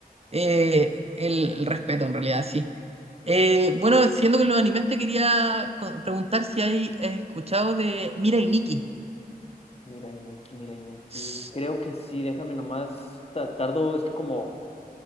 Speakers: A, on the right; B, on the left.
A: Eh, el, el respeto, en realidad, sí. Eh, bueno, siendo con los animes, te quería co- preguntar si hay eh, escuchado de Mira y Nikki,
B: Mira, y Nicky, mira, y Nicky.
A: s-
B: Creo que sí, déjame nomás. ta- Tardo, es que como